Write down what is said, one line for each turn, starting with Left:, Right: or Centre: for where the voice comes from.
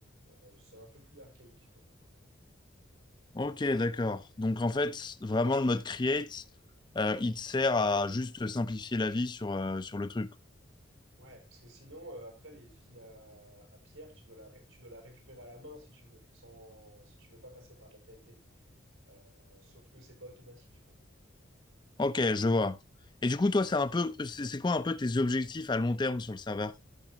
Right: Euh, c'est un peu plus archaïque quoi.
Left: Ok, d'accord. Donc en fait, vraiment le mode create, euh, il te sert à juste simplifier la vie sur, euh, sur le truc.
Right: Ouais, parce que sinon, euh, après, les usines à, à pierre, tu dois la, ré- tu dois la récupérer à la main si tu veux, sans, si tu veux pas passer par de la TNT. Euh, sauf que c'est pas automatique, quoi.
Left: Ok, je vois. Et du coup, toi, c'est un peu, c'est c'est quoi un peu tes objectifs à long terme sur le serveur?